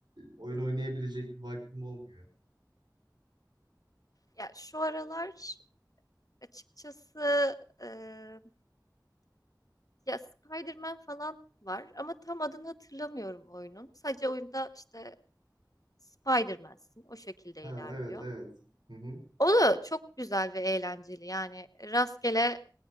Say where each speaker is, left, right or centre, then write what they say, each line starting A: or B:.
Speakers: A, on the right; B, on the left.
A: oyun oynayabilecek bir vaktim olmuyor.
B: Ya şu aralar açıkçası eee, ya Spider-Man falan var ama tam adını hatırlamıyorum oyunun. Sadece oyunda işte Spider-Man'sin o şekilde
A: Ha
B: ilerliyor.
A: evet evet. Hı
B: O da çok güzel ve eğlenceli yani rastgele